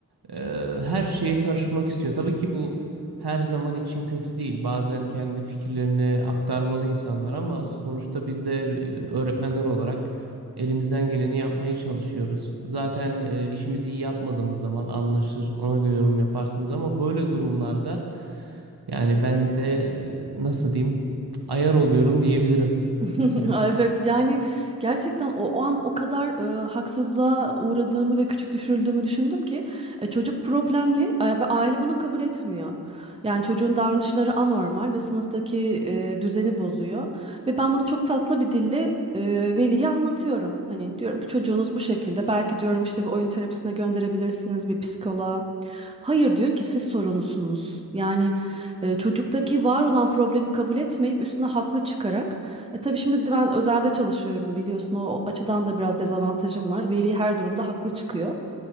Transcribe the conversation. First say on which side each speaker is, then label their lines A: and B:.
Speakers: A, on the right; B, on the right.
A: e, her şeye karışmak istiyor. Tabii ki bu her zaman için kötü değil. Bazen kendi fikirlerini aktarmalı insanlar ama sonuçta biz de e, öğretmenler olarak elimizden geleni yapmaya çalışıyoruz. Zaten e, işimizi iyi yapmadığımız zaman anlaşır, ona göre yorum yaparsınız ama böyle durumlarda. Yani ben de e, nasıl diyeyim ayar oluyorum diyebilirim.
B: <laughs>
A: <laughs>
B: Ay, Evet yani gerçekten o, o an o kadar e, haksızlığa uğradığımı ve küçük düşürüldüğümü düşündüm ki e, çocuk problemli e, ve aile bunu kabul etmiyor. Yani çocuğun davranışları anormal ve sınıftaki e, düzeni bozuyor ve ben bunu çok tatlı bir dille e, veliye anlatıyorum. Hani diyorum ki çocuğunuz bu şekilde belki diyorum işte bir oyun terapisine gönderebilirsiniz bir psikoloğa. Hayır diyor ki siz sorumlusunuz. Yani e, çocuktaki var olan problemi kabul etmeyip üstüne haklı çıkarak e tabii şimdi bir de ben özelde çalışıyorum biliyorsun. O, o açıdan da biraz dezavantajım var. Veli her durumda haklı çıkıyor.